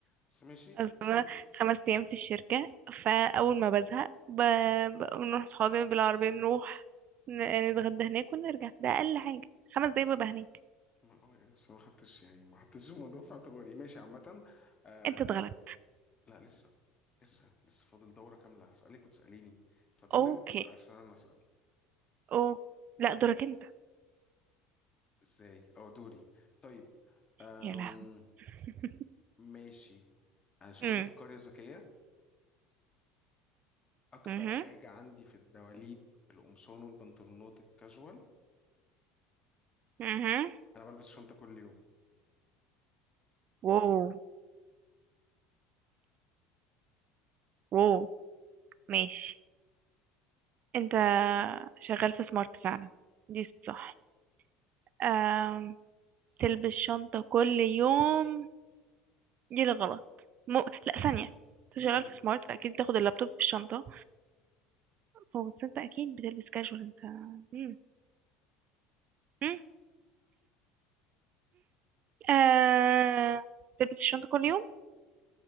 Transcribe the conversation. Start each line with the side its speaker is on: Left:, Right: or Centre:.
Left: بس ماشي
Right: اصل
Left: <clears throat>
Right: انا خمس ايام في الشركه فاول ما بزهق ب... بنروح صحابي بالعربيه نروح ن- نتغدى هناك ونرجع ده اقل حاجه خمس دقايق
Left: ماشي
Right: ببقى هناك
Left: ما اه يعني بس ما حطيتش يعني ما حطيتش الموضوع في اعتباري ماشي عامه آه
Right: انت اتغلبت
Left: لا لسه لسه لسه فاضل دوره كامله هسالك وتساليني فدورك
Right: اوكي
Left: عشان انا اسال
Right: او لا دورك انت
Left: ازاي او دوري طيب أم
Right: يا لهوي <laughs>
Left: ماشي انا شغلي
Right: امم
Left: في القريه الذكيه اكتر
Right: امم
Left: حاجه عندي في الدواليب القمصان والبنطلونات الكاجوال
Right: امم
Left: انا بلبس شنطه كل يوم
Right: واو واو ماشي انت شغال في سمارت فعلا دي صح آم، تلبس شنطة كل يوم دي الغلط م... لا ثانية انت
Left: <laughs>
Right: شغال في سمارت فأكيد بتاخد اللابتوب في الشنطة هو بس انت أكيد بتلبس كاجوال انت مم. مم. آه... تلبس الشنطة كل يوم